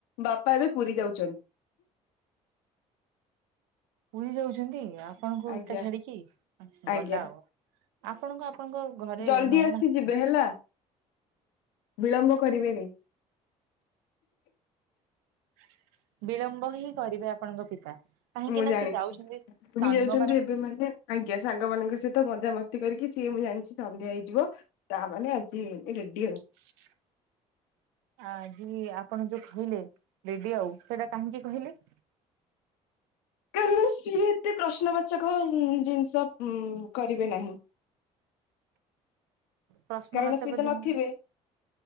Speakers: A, on the left; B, on the right.
A: ବାପା ଏବେ ପୁରୀ ଯାଉଛନ୍ତି।
B: ପୁରୀ ଯାଉଛନ୍ତି ଆପଣଙ୍କୁ
A: ଆଜ୍ଞା
B: ଏକା ଛାଡିକି
A: ଆଜ୍ଞା
B: ଗଲା ଆଉ ଆପଣଙ୍କୁ ଆପଣଙ୍କ। ଘରେ
A: ଜଲଦି
B: ନଉନାହାନ୍ତି
A: ଆସିଯିବେ ହେଲା। ବିଳମ୍ବ କରିବେନି।
B: ହ <unintelligible> ବିଳମ୍ବ ହିଁ କରିବେ ଆପଣଙ୍କ ପିତା କାହିଁକି
A: ମୁଁ
B: ନା
A: ଜାଣିଛି
B: ସେ ଯାଉଛନ୍ତି
A: ପୁରୀ
B: ସାଙ୍ଗ
A: ଯାଉଛନ୍ତି
B: ମାନଙ୍କ।
A: ଏବେ ମାନେ ଆଜ୍ଞା ସାଙ୍ଗମାନଙ୍କ ସହିତ। ତ ମଜାମସ୍ତି କରିକି ସିଏ ମୁଁ ଜାଣିଛି ସନ୍ଧ୍ୟା ହେଇଯିବ। ତା ମାନେ ଆଜି ରେଡି ଆଉ।
B: ହ <unintelligible> ଆଜି ଆପଣ ଯୋଉ କହିଲେ ଲେଡି ଆଉ ସେଇଟା କାହିଁକି କହିଲେ?
A: କାରଣ ସିଏ ଏତେ ପ୍ରଶ୍ନବାଚକ ଜିନିଷ ଉଉଁ କରିବେ ନାହିଁ।
B: ପ୍ରଶ୍ନ
A: କାରଣ
B: ବାଚକ
A: ସି ଏ ତ
B: ଜିନ୍
A: ନଥିବେ।